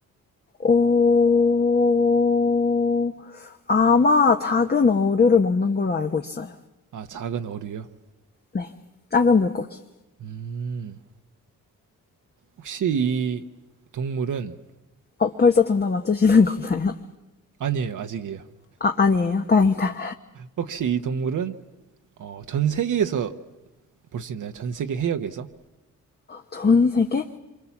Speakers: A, on the left; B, on the right.
A: 어, 아마 작은 어류를 먹는 걸로 알고 있어요.
B: 아 작은 어류요.
A: 네, 작은 물고기.
B: 음 혹시 이 동물은
A: 어, 벌써 정답 맞추시는 <laughs> 건가요?
B: 아니에요 아직이에요.
A: 아, 아니에요. 다행이다.
B: 혹시 이 동물은 어, 전 세계에서 볼 수 있나요? 전 세계 해역에서?
A: 전 세계?